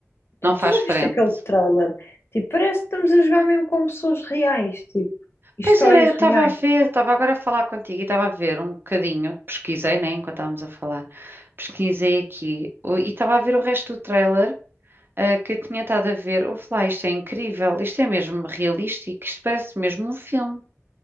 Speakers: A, on the left; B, on the right.
A: Portanto,
B: não faz
A: tu já
B: frente.
A: viste aquele trailer? Tipo, parece que estamos a jogar mesmo com pessoas reais, tipo, histórias
B: Pois era, eu
A: reais.
B: estava a ver, estava agora a falar contigo e estava a ver um bocadinho, pesquisei, né, enquanto estávamos a falar, pesquisei aqui o- e estava a ver o resto do trailer ah, que eu tinha estado a ver. Ouve lá, isto é incrível, isto é mesmo realístico, isto parece mesmo um filme.